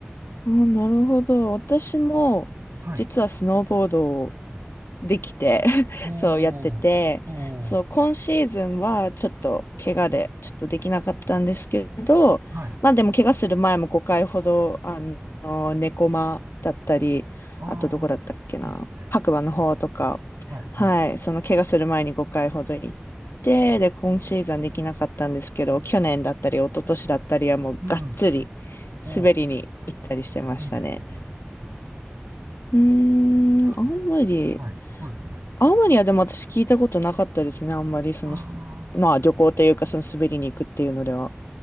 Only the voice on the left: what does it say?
あーなるほど。私も、
実はスノーボードをできて <laughs>
そうやってて、
そう、今シーズンはちょっと怪我でちょっとできなかったんですけど、
まあでも怪我する前も5回ほど、あの、猫間だったり、
あとどこだったっけな、
白馬の方とか、
はい、
その怪我する前に5回ほど行って、で、今シーズンできなかったんですけど、去年だったり、一昨年だったりはもうがっつり
滑りに行ったりしてましたね。
うーん、
青森。
青森はでも私聞いたことなかったですね。あんまりその、
すまあ旅行というかその滑りに行くっていうのでは。